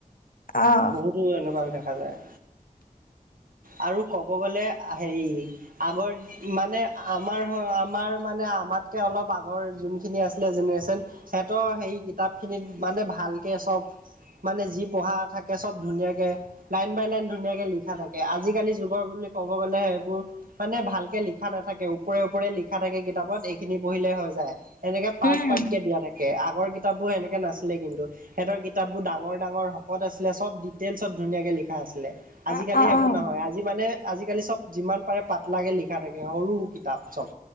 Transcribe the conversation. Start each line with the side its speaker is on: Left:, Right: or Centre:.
Left: অ'
Right: বহুতো এনেকুৱা দেখা যায়। আৰু ক'ব গ'লে হেৰি আগৰ মানে আমাৰ আমাৰ মানে আমাতকে অলপ আগৰ যোনখিনি আছিলে জেনেৰেশ্যন। সিহঁতৰ সেই কিতাপ খিনিত মানে ভালকে চব মানে যি পঢ়া থাকে চব ধুনীয়াকৈ লাইন বাই লাইন ধুনীয়াকৈ লিখা থাকে। আজিকালি যুগৰ বুলি ক'ব গ'লে সেইবোৰ মানে ভালকে লিখা নাথাকে ওপৰে ওপৰে লিখা থাকে কিতাপত এইখিনি পঢ়িলে হৈ যায়। সেনেকে পাৰ্ট
Left: উম
Right: পাৰ্ট কে দিয়া থাকে আগৰ কিতাপবোৰ সেনেকে নাছিলে কিন্তু। সিহঁতৰ কিতাপবোৰ ডাঙৰ ডাঙৰ শকত আছিলে চব ডিটেইলছত ধুনীয়াকে লিখা আছিলে আজিকালি
Left: অ অ
Right: সেইবোৰ
Left: অ।
Right: নহয় আজি মানে আজিকালি চব যিমান পাৰে পাতলাকে লিখা থাকে সৰু কিতাপ চব।